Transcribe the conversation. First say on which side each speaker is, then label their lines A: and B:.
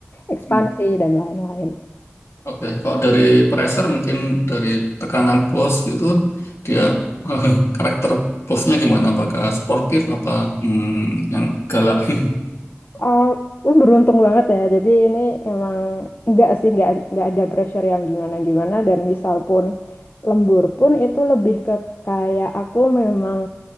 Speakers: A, on the left; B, on the left.
A: ekspansi
B: hmm.
A: dan lain-lain.
B: Oke, kalau dari pressure mungkin dari tekanan bos gitu, dia <laughs> karakter bosnya gimana? Apakah sportif apa hmm, yang galak? <laughs>
A: Oh, gue beruntung banget ya. Jadi ini emang nggak sih nggak nggak ada pressure yang gimana-gimana dan misal pun lembur pun itu lebih ke kayak aku memang